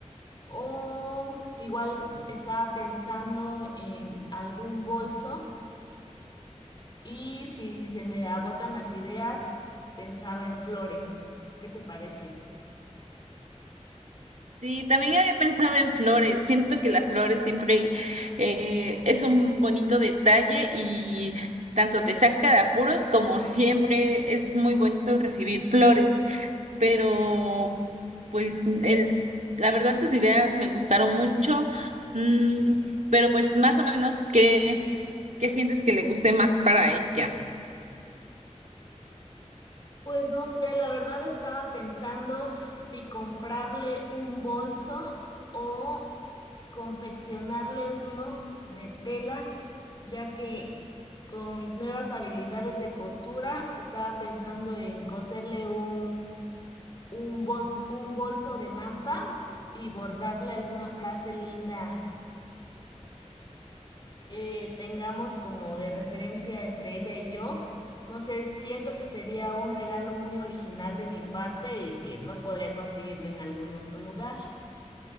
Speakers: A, on the left; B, on the right.
A: O igual mm, estaba pensando en algún bolso y si se me agotan las ideas, pensaba en flores. ¿Qué te parece?
B: Sí, también había pensado en flores. Siento que las flores siempre eh, es un bonito detalle y tanto te saca de apuros como siempre es muy bonito recibir flores. Pero, pues, el, la verdad tus ideas me gustaron mucho. Mm, pero, pues, más o menos, ¿qué, qué sientes que le guste más para ella?
A: Pues no sé, la verdad estaba pensando si comprarle un bolso o confeccionarle uno de tela, ya que con mis nuevas habilidades de costura estaba pensando en coserle un, un, bon- un bolso de manta y bordarle alguna frase linda que tengamos como de referencia entre ella y yo. No sé, siento que sería un regalo muy original de mi parte y que no podría conseguirlo en algún otro lugar.